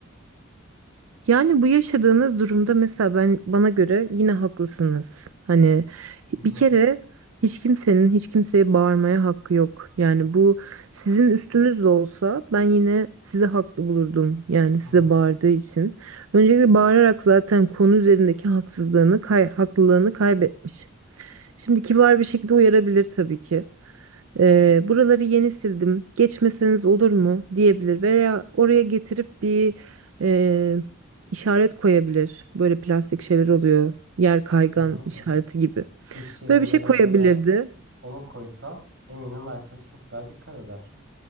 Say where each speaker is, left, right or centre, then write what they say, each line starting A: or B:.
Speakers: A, on the right; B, on the right.
A: Yani bu yaşadığınız durumda mesela ben bana göre yine haklısınız. Hani
B: Hı hı,
A: bir kere hiç kimsenin hiç kimseye bağırmaya hakkı yok. Yani bu sizin üstünüz de olsa ben yine sizi haklı bulurdum. Yani size
B: hı hı,
A: bağırdığı için. Öncelikle bağırarak zaten konu üzerindeki haksızlığını, kay- haklılığını kaybetmiş. Şimdi kibar bir şekilde uyarabilir tabii ki. Ee, buraları yeni sildim. Geçmeseniz olur mu diyebilir veya oraya getirip bir e, işaret koyabilir. Böyle plastik şeyler oluyor. Yer kaygan
B: hı hı,
A: işareti
B: hı hı.
A: gibi.
B: İş yerinde
A: Böyle bir şey
B: mesela
A: koyabilirdi.
B: onu koysa eminim herkes çok daha dikkat eder.